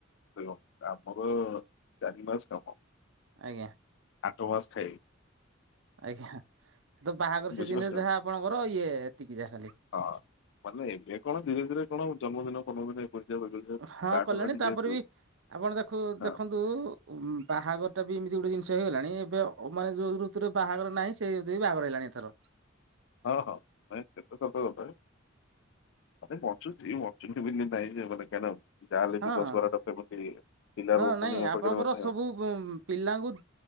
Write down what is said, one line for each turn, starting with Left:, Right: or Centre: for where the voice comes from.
Left: ଦେଖ ଆମର ଚାରି ମାସ କାମ
Right: ଆଜ୍ଞା।
Left: ଆଠ ମାସ ଖାଇ
Right: ଆଜ୍ଞା, ତ ବାହାଘର
Left: ବୁଝିପାରୁଛନ୍ତି
Right: ସିଯିନରେ ଯାହା
Left: ଆପଣ?
Right: ଆପଣଙ୍କର ଇଏ ଏତିକି ଯାହା ଖାଲି।
Left: ହଁ ମାନେ ଏବେ କଣ ଧୀରେ ଧୀରେ କଣ ଜନ୍ମଦିନ ଫନ୍ମଦିନ ଏମିତି <unintelligible> କିଛିଦିନ
Right: ହଁ
Left: ଷ୍ଟାର୍ଟ
Right: କଲେଣି
Left: ହେଲାନି
Right: ତାପରେ
Left: ଯେହେତୁ
Right: ବି ଆପଣ ଦେଖୁ
Left: ହଁ
Right: ଦେଖନ୍ତୁ ଉ ବାହାଘର ଟା ବି ଏମିତି ଗୋଟେ ଜିନିଷ ହେଇଗଲାଣି ଏବେ ମାନେ ଯୋଉଥିରୁ ପ୍ରକୁତରେ ବାହାଘର ନାହିଁ ସେଇ ଅନୁସାରେ ବାହାଘର ହେଲାଣି ଏଥର।
Left: ହଁ ହଁ ନାଇଁ ସେତ ସତ କଥା। ମାନେ <unintelligible> ବୋଲି ନାହିଁ ଯେ ମାନେ କ ଯାହାହେଲେ
Right: ହଁ
Left: ବି ଦଶ ବାରଟା ସେମିତି ପିଲା
Right: ହଁ
Left: ରହୁଛନ୍ତି
Right: ନାଇଁ
Left: ମୋ
Right: ଆପଣଙ୍କର
Left: ପାଖରେ ମାନେ
Right: ସବୁ ପିଲାଙ୍କୁ